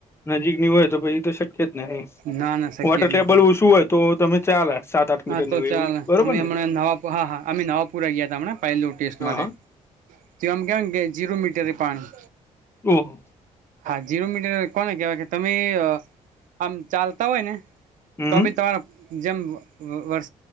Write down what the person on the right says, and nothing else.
ના ના શક્ય
જ
નથી
હા
તો
ચાલ
અમે
હમ
નવા હા હા અમે નવાપુરા ગયા ત હમને પલું ટેસ્ટ
માટે.
તો આમ કેવા કે જીરો મીટર એ પાણી.
હા જીરો મીટર કોને કેહેવાય કે તમે આમ ચાલતા હોય ને.
તોમી તમારા જેમ વર્.